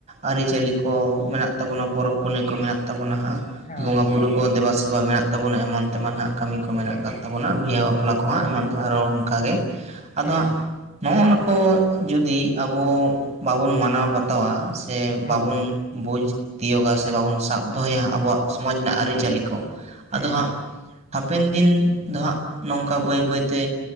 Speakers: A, on the right; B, on the left.
A: ᱟᱹᱨᱤᱪᱟᱹᱞᱤ ᱠᱚ ᱢᱮᱱᱟᱜ ᱛᱟᱵᱚᱱᱟ, ᱯᱚᱨᱚᱵᱽ ᱯᱩᱱᱟᱹᱭ ᱠᱚ ᱢᱮᱱᱟᱜ ᱛᱟᱵᱚᱱᱟ ᱦᱟᱸᱜ᱾
B: ᱦᱳᱭ
A: ᱵᱚᱸᱜᱟ
B: ᱦᱳᱭ
A: ᱵᱩᱨᱩ ᱠᱚ ᱫᱮᱵᱟᱼᱥᱮᱵᱟ ᱢᱮᱱᱟᱜ ᱛᱟᱵᱚᱱᱟ ᱮᱢᱟᱱ ᱛᱮᱢᱟᱱ ᱦᱟᱸᱜ ᱠᱟᱹᱢᱤ ᱠᱚ ᱢᱮᱱᱟᱜ
B: ᱦᱳᱭ
A: ᱟᱠᱟᱫ
B: ᱦᱳᱭ
A: ᱛᱟᱵᱚᱱᱟ, ᱵᱤᱦᱟᱹ ᱵᱟᱯ ᱵᱟᱯᱞᱟ ᱠᱚᱦᱟᱸᱜ ᱮᱢᱟᱱ ᱛᱮᱭᱟ ᱟᱨᱦᱚᱸ ᱚᱱᱠᱟᱜᱮ, ᱟᱫᱚ
B: ᱦᱩᱸ
A: ᱦᱟᱸᱜ ᱱᱚᱜᱱᱟ ᱠᱚ ᱡᱩᱫᱤ ᱟᱵᱚ ᱵᱟᱵᱚᱱ ᱢᱟᱱᱟᱣ ᱵᱟᱛᱟᱣᱟ, ᱥᱮ
B: ᱦᱩᱸ ᱦᱩᱸ
A: ᱵᱟᱵᱚᱱ ᱵᱩᱡᱽ ᱛᱤᱭᱳᱜᱟ, ᱥᱮ ᱵᱟᱵᱚᱱ ᱥᱟᱵ ᱫᱚᱦᱚᱭᱟ ᱟᱵᱚᱣᱟᱜ ᱥᱚᱢᱟᱡᱽ ᱨᱮᱱᱟᱜ ᱟᱹᱨᱤᱪᱟᱹᱞᱤ ᱠᱚ᱾
B: ᱦᱩᱸ
A: ᱟᱫᱚ ᱦᱟᱸᱜ ᱦᱟᱯᱮᱱ ᱫᱤᱱ ᱫᱚ ᱦᱟᱸᱜ ᱱᱚᱝᱠᱟ ᱵᱟᱹᱭ ᱵᱟᱹᱭ ᱛᱮ᱾